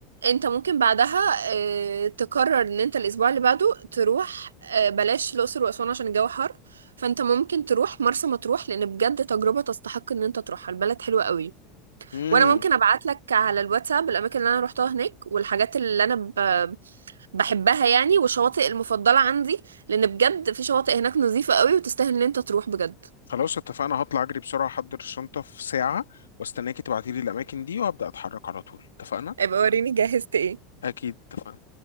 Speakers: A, on the right; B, on the left.
A: انت ممكن بعدها اه، تقرر ان انت الاسبوع اللي بعده تروح اه، بلاش الاقصر واسوان عشان الجو حر فانت ممكن تروح مرسى مطروح لان بجد تجربه تستحق ان انت تروحها البلد حلوه قوي
B: امم
A: وانا ممكن ابعت لك على الواتساب الاماكن اللي انا روحتها هناك والحاجات اللي انا ب... بحبها يعني والشواطئ المفضله عندي لان بجد في شواطئ هناك نظيفه قوي وتستاهل ان انت تروح بجد
B: خلاص اتفقنا هطلع اجري بسرعة احضر الشنطة في ساعة واستناكي تبعتيلي الاماكن دي وابدأ اتحرك على طول اتفقنا
A: ابقى وريني جهزت ايه
B: اكيد اتفقنا